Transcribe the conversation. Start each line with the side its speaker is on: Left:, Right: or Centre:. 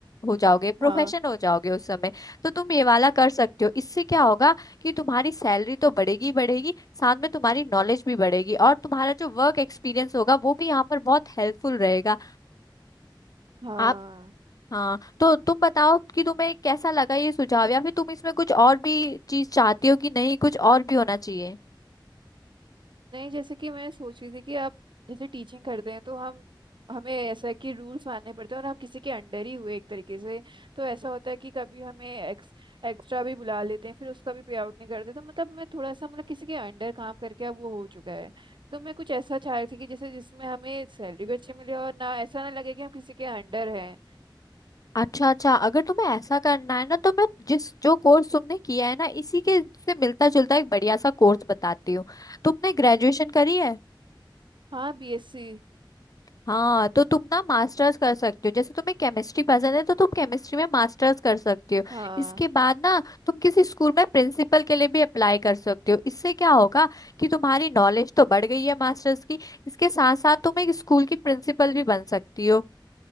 Left: हो जाओगे प्रोफेशन
Right: हाँ
Left: हो जाओगे उस समय तो तुम ये वाला कर सकते हो इससे क्या होगा कि तुम्हारी सैलरी तो बढ़ेगी ही बढ़ेगी साथ में तुम्हारी नॉलेज भी बढ़ेगी और तुम्हारा जो वर्क एक्सपीरियंस होगा वो भी यहाँ पर बहुत हेल्पफुल रहेगा
Right: हाँ
Left: आप हाँ तो तुम बताओ कि तुम्हें कैसा लगा ये सुझाव या फिर तुम इसमें कुछ और भी चीज चाहती हो कि नहीं कुछ और भी होना चाहिए
Right: नहीं जैसे कि मैं सोच रही थी कि आप जैसे टीचिंग करते हैं तो हम हमें ऐसा है कि रूल्स मानने पड़ते हैं और हम किसी के अंडर ही हुए एक तरीके से तो ऐसा होता है कि कभी हमें एक्स एक्स्ट्रा भी बुला लेते हैं फिर उसका भी पे आउट नहीं करते तो मतलब मैं थोड़ा सा मतलब किसी के अंडर काम करके अब वो हो चुका है तो मैं कुछ ऐसा चाह रही थी कि जैसे जिसमें हमें सैलरी भी अच्छी मिले और ना ऐसा ना लगे कि हम किसी के अंडर हैं
Left: अच्छा अच्छा अगर तुम्हें ऐसा करना है ना तो मैं जिस जो कोर्स तुमने किया है ना इसी के से मिलता जुलता एक बढ़िया सा कोर्स बताती हूँ तुमने ग्रेजुएशन करी है
Right: हाँ बीएससी
Left: हाँ तो तुम ना मास्टर्स कर सकते हो जैसे तुम्हें केमिस्ट्री पसंद है तो तुम केमिस्ट्री में मास्टर्स कर सकते हो
Right: हाँ
Left: इसके बाद ना तुम किसी स्कूल में प्रिंसिपल के लिए भी अप्लाई कर सकते हो इससे क्या होगा कि तुम्हारी नॉलेज तो बढ़ गई है मास्टर्स की इसके साथ साथ तुम एक स्कूल की प्रिंसिपल भी बन सकती हो